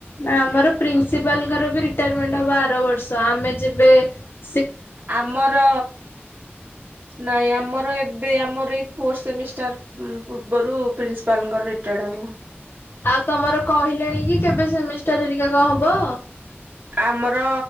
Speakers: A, on the left; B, on the right.
A: ନା ଆମର ପ୍ରିନ୍ସିପାଲଙ୍କର ବି ରିଟାରମେଣ୍ଟ ହବ ଆର ବର୍ଷ ଆମେ ଯେବେ ବେ
B: ଆମର ନାଇଁ ଆମର ଏ ବେ ଆମର ଏଇ ଫୋର୍ସ ସେମିଷ୍ଟାର ପୂର୍ବରୁ ପ୍ରିନ୍ସିପାଲଙ୍କର ରିଟାୟାର୍ଡ ହବ।
A: ଆଉ ତମର କହିଲେଣି କି କେବେ ସେମିଷ୍ଟାରରିକାକ ହବ।
B: ଆମର